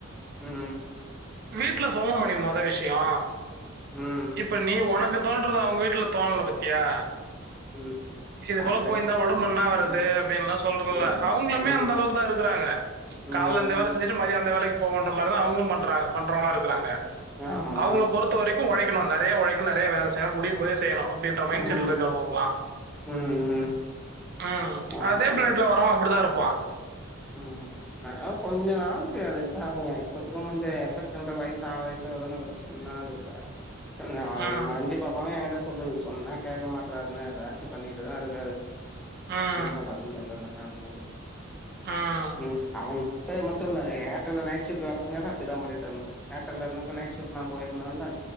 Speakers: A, in the centre; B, on the right.
A: ம்
B: வீட்ல சொல்ல மணி மொத விஷ்யோ
A: ம்
B: இப்ப நீ
A: கரெக்டா
B: ஒனக்கு தோன்றத அவுங்க வீட் ட்ல தோண்ல பத்தியா
A: ம்
B: இது
A: தங்கச்சி
B: போல போயிந்தா ஒடம்பு என்னாவரது
A: ம்
B: அப்பிடின்லா சொல்றல்ல
A: ம்
B: அவுங்குளுமே
A: ம்
B: அந்தளவுக்குதா இருகுறாங்க
A: ம்
B: கால்ல இந்த வேல செஞ்சுட்டு மதியோ அந்த வேலைகு போவோன்ற மார்தா அவுங்குளும் பண்றாங்க பண்றவுங்ளாருகுறாங்க
A: ஆமா
B: அவுங்ள பொறுத்த வரைக்கு ஒழைக்குணு நெறைய ஒழைக்குன் நெறைய வேல செய்யணும் முடியும் போதே செய்யுணு அப்டின்ற மைண்ட்
A: ம்
B: செட்ல இருக்கவுங்க அவுங்குளா
A: ம் ம்
B: ம்
A: ஆ,
B: அதே ப்ளட்ல் வரவெ அப்டிதா இருப்பா
A: ம் அதலாக் கொஞ்சோ நாள்க்கி அது இதாங்குங்க இப்பத்துக்கும் இந்த எஃபெக்ட் ரெண்டு வயசாவ வயசாவதான வருன்ச் ஒன்னாதுங்க்கா த்தன்னா
B: ம்
A: மஞ்சி பாப்பாவு எங்கிட்ட சொல்லுது சொன்னா கேக்க மாட்றாருன்னு எதாச்சு பண்ணிட்டுதா இருகாரு
B: ம்
A: என்னா பண்றதுன் தெர்லண்ணான்றாரு
B: ம்
A: ம் அவெ இப்ப மட்டுல்ல ஏர்ட்டெல்ல நைட் ஷிஃப்ட்டு வேல செஞ்சால்ல அப்டிதாம் பண்ணிட்ருந் ஏர்ட்டெல்ல இருந்தப்ப நைட் ஷிஃப்ட்லாம் போயிட்டுந்தால்ல